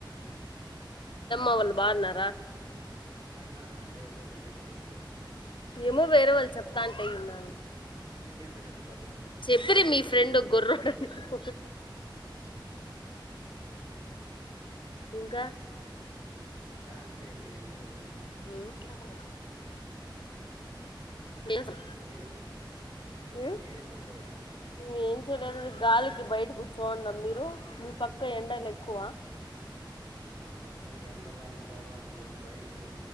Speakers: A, on the left (about 75°); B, on the right (about 45°).
A: అవళ బా అన్నారా
B: నాకు నానమ్మ లేదా నీకెంత తెలుసు
A: ఏమో వేరే వాళ్ళు చెప్తాంటే అన్నాను
B: నీకెట్ట చెప్తారు
A: చెప్పరి మీ ఫ్రెండ్ ఒక గొర్ర హె హె
B: అవునా సరే
A: ఇంకా
B: ఇంకా అంటే ఇంకేం లేదు
A: ఉమ్ ట్లా క తెలుసు
B: మీరే చెప్పాల
A: ఉమ్
B: మీరే చెప్పాల
A: మీ లేద గాలికి బయట కూర్చోన్నాం మీరు మీ పక్క ఎండలు ఎక్కువ
B: మా పక్కన ఎండలు అంట వా ఉంతా బయడికి పో